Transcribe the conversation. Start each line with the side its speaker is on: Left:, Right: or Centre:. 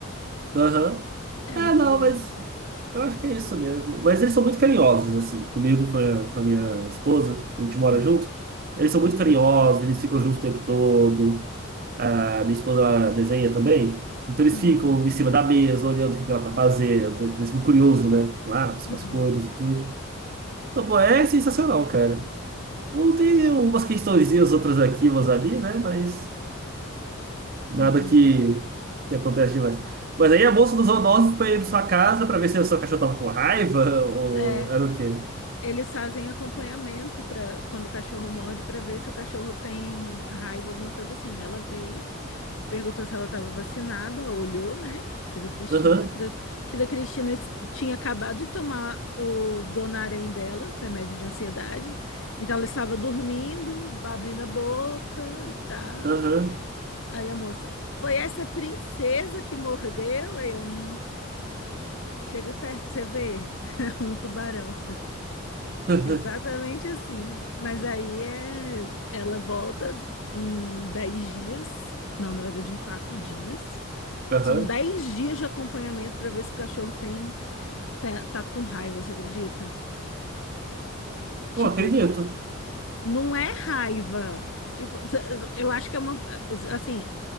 Right: Aham.
Left: É
Right: Ah,
Left: muito
Right: não,
Left: bom.
Right: mas eu acho que é isso mesmo. Mas eles são muito carinhosos, assim, comigo e com a, com a minha esposa, a gente mora
Left: Uhum,
Right: junto. Eles são muito carinhosos, eles ficam juntos o tempo todo. A minha esposa ela desenha também. Então eles
Left: uhum,
Right: ficam em cima da mesa, olhando o que que ela tá fazendo. Eles ficam curiosos, né? Lá
Left: uhum,
Right: com as cores e tudo. Então, pô, é sensacional, cara. Ou Tem umas questõezinhas, outras aqui, umas ali, né? Mas nada
Left: uhum.
Right: que, que acontece demais. Mas aí a moça dos zoonoses foi ir na sua casa pra ver se o seu cachorro tava com raiva ou
Left: É.
Right: era o quê?
Left: Eles fazem acompanhamento para quando o cachorro morde para ver se o cachorro tem raiva, alguma coisa assim. Ela veio, perguntou se ela estava vacinada, olhou, né? Que da Cristina,
Right: Aham,
Left: que da, que da Cristina es- tinha acabado de tomar o Donarém dela, remédio de ansiedade. Então ela estava dormindo, abrindo a boca e tal.
Right: aham,
Left: Aí a moça, foi essa princesa que mordeu? Aí eu, "Hum, chega perto pra você ver. <laughs> um tubarão.
Right: <laughs>
Left: Exatamente assim. Mas aí é, ela volta em 10 dias. Não, na verdade, em 4 dias.
Right: aham.
Left: São dez dias de acompanhamento para ver se o cachorro tem, tá, tá com raiva, você acredita?
Right: Pô,
Left: Tipo,
Right: acredito.
Left: não é raiva. Tipo, eu acho que é uma. Assim,